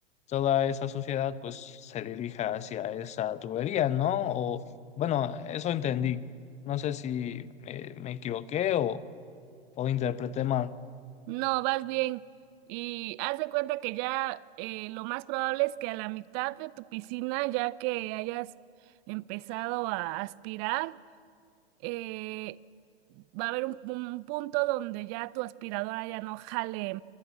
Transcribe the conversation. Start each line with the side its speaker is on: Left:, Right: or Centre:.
Left: toda esa suciedad pues se dirija hacia esa tubería, ¿no? O bueno, eso entendí. No sé si eh, me equivoqué o, o interpreté mal.
Right: No, vas bien. Y haz de cuenta que ya eh, lo más probable es que a la mitad de tu piscina, ya que hayas empezado a aspirar, eh, va a haber un, un punto donde ya tu aspiradora ya no jale,